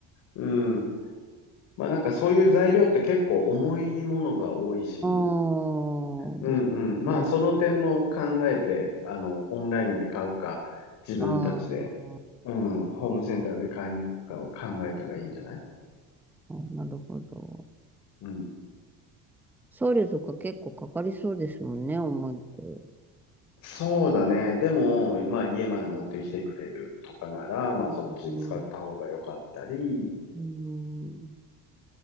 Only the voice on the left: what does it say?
うん。まあ、なんかそういう材料って結構重いものが多いし、
うんうん。
まあ、その点も考えて、あの、オンラインで買うか、自分たちで、
うん、ホームセンターで買いに行くかを考えたらいいんじゃない
うん。
そうだね。でも、まあ、家まで持ってきてくれるとかなら、
まあ、そっち使った方が良かったり。